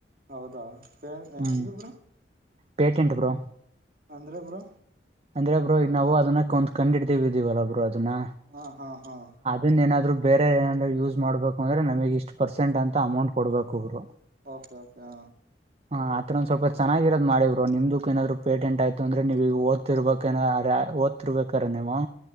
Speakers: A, on the right; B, on the right.
A: ಹೌದಾ ಪೆ ಎಂತಿದಿಬ್ರು
B: ಹ್ಮ್ ಪೇಟೆಂಟ್ ಬ್ರೋ
A: ಅಂದ್ರೆ ಬ್ರೋ
B: ಅಂದ್ರೆ ಬ್ರೋ ಈಗ ನಾವು ಅದನ್ನಕ್ಕಂದ್ ಕಂಡ್ಡ್ತೀವಿ ಇದೀವಲ್ಲ ಬ್ರೋ ಅದನ್ನ
A: ಹಾ ಹಾ ಹಾ
B: ಇನ್ನಿನ ಏನಾದ್ರು ಬೇರೆ ಏನಾದ್ರು ಯೂಸ್ ಮಾಡ್ಬೇಕು ಅಂದ್ರೆ ನಮಗ್ ಇಷ್ಟ ಪರ್ಸಂಟ್ ಅಂತ ಅಮೌಂಟ್ ಕೊಡ್ಬೇಕು ಅವ್ರು.
A: ಓಕೆ ಓಕೆ ಹ
B: ಹ ಆತ್ರ ಒಂದ ಸ್ವಲ್ಪ ಚೆನ್ನಾಗಿರೋದ ಮಾಡಿ ಬ್ರೋ ನಿಮ್ದಕ್ಕ ಏನಾದರು ಪೇಟೆಂಟ್ ಆಯ್ತು ಅಂದ್ರೆ ನೀವೀಗ ಓದತಿರ್ಬೇಕೇ ಅರೆ ಓದ್ತಿರ್ಬೇಕರ ನೀವು